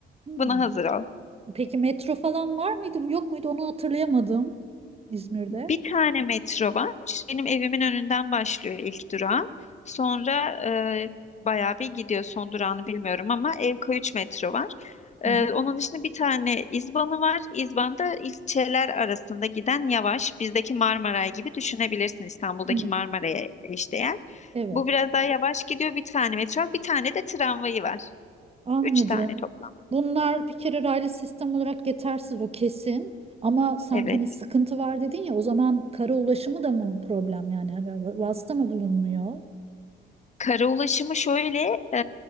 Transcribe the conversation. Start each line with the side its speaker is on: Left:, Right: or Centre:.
Right: Hmm.
Left: Buna hazır ol.
Right: Peki metro falan var mıydı? Yok muydu? Onu hatırlayamadım. İzmir'de.
Left: Bir tane metro var. Benim evimin önünden başlıyor ilk durağı. Sonra e, bayağı bir gidiyor son durağını bilmiyorum ama Evköy 3 metro var. E,
Right: Hı hı.
Left: onun dışında bir tane İzban'ı var. İzban'da ilçeler arasında giden yavaş. Bizdeki Marmaray gibi düşünebilirsin İstanbul'daki
Right: Hmm.
Left: Marmaray'a eşdeğer.
Right: Evet.
Left: Bu biraz daha yavaş gidiyor. Bir tane metro var. Bir tane de tramvayı var.
Right: Anladım.
Left: Üç tane toplam.
Right: Bunlar bir kere raylı sistem olarak yetersiz o kesin. Ama sen
Left: Evet.
Right: hani sıkıntı var dedin ya o zaman kara ulaşımı da mı problem yani? Hani vasıta mı bulunmuyor?
Left: Kara ulaşımı şöyle, e,